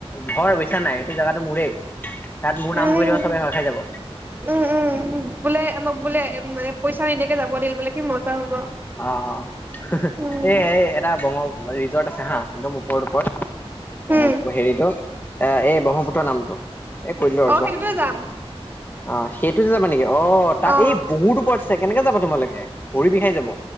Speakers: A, on the left; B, on the right.
A: হয় বুইছা নে নাই এইটো জাগাতো মোৰেই তাত মোৰ নাম
B: উম
A: কৈ দিব চবে ভয় খাই যাব
B: উম উম উ উম বোলে <unintelligible> বোলে এ পইচা নিদিয়াকে যাব দিল বোলে কি মজা হ'ব।
A: অ' অ'
B: উম
A: এই এটা <unintelligible> ৰিজৰ্ট আছে হা একদম <unintelligible>
B: উম
A: <unintelligible> হেৰিটো এ এই ব্ৰহ্মপুত্ৰ নামটো এই কৈ দিলো আৰু
B: অ'
A: যোৱা
B: সেইটোতো যাম
A: অ' সেইটোযে যাবা নেকি অ' তাত
B: অ
A: এই বহুত ওপৰত আছে কেনেকে যাবা তোমালোকে ভৰি বিষাই যাব।